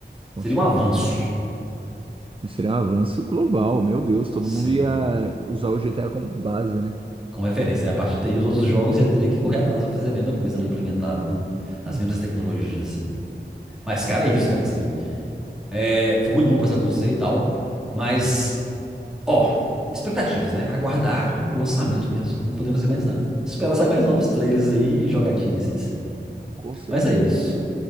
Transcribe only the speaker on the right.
com
certeza.
Seria um avanço global, meu Deus, todo
mundo ia usar o GTA como base, né?
Hum,
com,
hum,
com certeza.